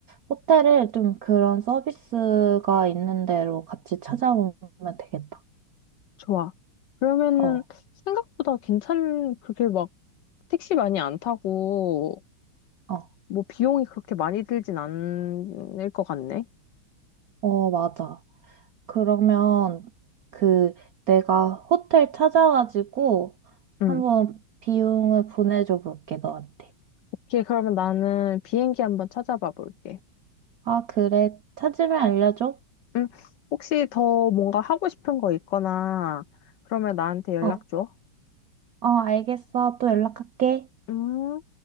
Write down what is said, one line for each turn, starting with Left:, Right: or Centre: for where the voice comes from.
Right: 호텔을 좀 그런 서비스가 있는 데로 같이 찾아보면 되겠다.
Left: 좋아. 그러면은
Right: 어,
Left: 생각보다 괜찮, 그렇게 막 택시 많이 안 타고
Right: 어,
Left: 뭐 비용이 그렇게 많이 들진 않을 것 같네.
Right: 어, 맞아. 그러면 그 내가 호텔 찾아가지고
Left: 응.
Right: 한번 비용을 보내줘 볼게, 너한테.
Left: 오케이, 그러면 나는 비행기 한번 찾아봐 볼게.
Right: 아, 그래. 찾으면 알려줘.
Left: 응. 혹시 더 뭔가 하고 싶은 거 있거나 그러면 나한테 연락
Right: 어,
Left: 줘.
Right: 어, 알겠어. 또 연락할게.
Left: 음.